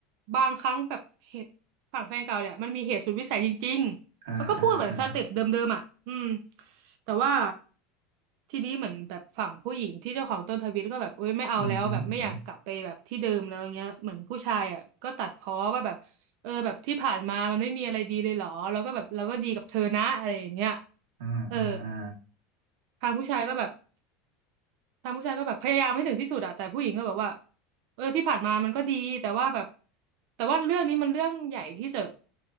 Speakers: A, on the right (about 65°); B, on the right (about 85°).
A: บางครั้งแบบเหตุฝั่งแฟนเก่าเนี่ยมันมีเหตุสุดวิสัยจริงๆเขาก็พูดเหมือนสเต็ปเดิมๆอ่ะอืม
B: อ่าอ่าอ่า
A: แต่ว่าทีนี้เหมือนแบบฝั่งผู้หญิงที่เจ้าของต้นทวิตก็แบบเอ้ยไม่เอาแล้วแบบไม่อยากกลับไปแบบที่เดิมแล้วเงี้ยเหมือนผู้ชายอ่ะก็ตัดพ้อว่าแบบเออแบบที่ผ่านมามันไม่มีอะไรดีเลยเหรอแล้วก็แบบเราก็ดีกับเธอนะอะไรอย่างเงี้ย
B: อืมฮึอืมฮึอ่าอ่าอ่า
A: เออทางผู้ชายก็แบบ ทางผู้ชายก็แบบพยายามให้ถึงที่สุดอะแต่ผู้หญิงก็แบบว่าเออที่ผ่านมามันก็ดีแต่ว่าแบบแต่ว่าเรื่องนี้มันเรื่องใหญ่ที่จะ